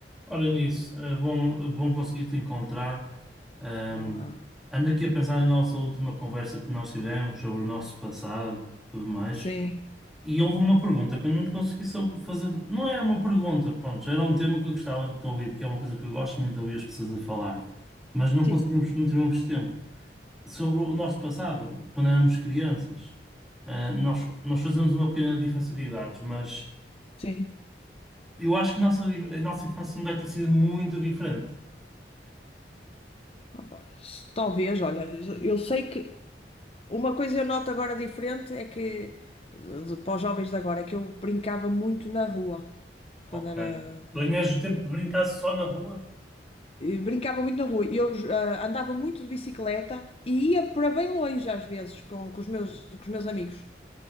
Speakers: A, in the centre; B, on the left.
A: Ora nisso, é bom, é bom conseguir te encontrar. Ahm,
B: Olha lá.
A: ando aqui a pensar na nossa última conversa que nós tivemos sobre o nosso passado, tudo mais.
B: Sim,
A: E houve uma pergunta que eu não te consegui só fazer. Não era uma pergunta, pronto, já era um tema que eu gostava de te ouvir, porque é uma coisa que eu gosto muito de ouvir as pessoas a falar. Mas não
B: sim,
A: conseguimos, não tivemos tempo. Sobre o nosso passado, quando éramos crianças, Ah, nós, nós fazemos uma pequena diferença de idades, mas.
B: sim.
A: Eu acho que a nossa, a nossa infância não deve ter sido muito diferente.
B: Opa, s- Talvez, olha, eu sei que uma coisa eu noto agora diferente é que, de- de- para os jovens de agora, é que eu brincava muito na rua, quando
A: Ok.
B: era
A: Tu
B: mais
A: ainda o
B: nova.
A: tempo de brincar só na rua?
B: E Brincava muito na rua e eu ah, andava muito de bicicleta e ia para bem longe às vezes com, com os meus, com os meus amigos.